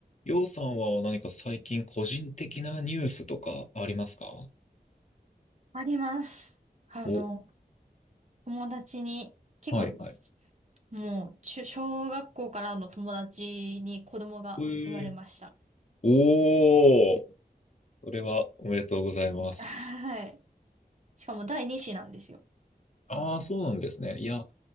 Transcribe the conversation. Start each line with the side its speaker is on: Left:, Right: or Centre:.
Left: りょうさんは何か最近個人的なニュースとかありますか
Right: あります。あの、
Left: お、
Right: 友達に、結構、
Left: はいはい。
Right: もう、中小学校からの友達に子供が生まれました。
Left: えー、おー、それはおめでとうございます。
Right: <laughs> はい。しかも第二子なんですよ。
Left: ああ、そうなんですね。いや、